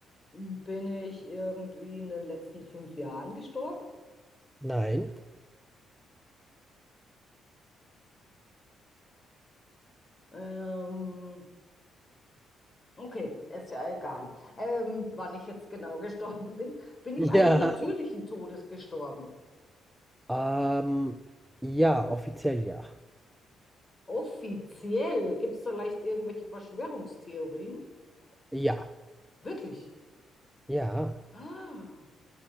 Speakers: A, on the left; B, in the centre.
A: bin ich irgendwie in den letzten fünf Jahren gestorben?
B: Nein. <laughs>
A: Ähm, okay, ist ja egal, ähm, wann ich jetzt genau <laughs> gestorben bin. Bin ich eines
B: Ja.
A: natürlichen Todes gestorben?
B: Ähm, ja, offiziell ja.
A: Offiziell gibt es vielleicht irgendwelche Verschwörungstheorien?
B: Ja.
A: Wirklich? <gasps>
B: Ja.
A: Ah,